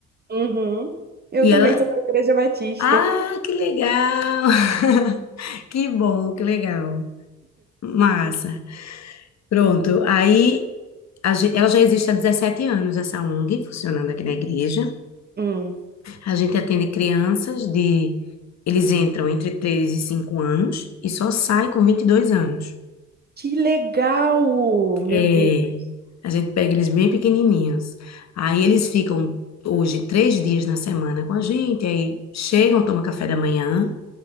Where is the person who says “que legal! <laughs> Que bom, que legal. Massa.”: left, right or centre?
Left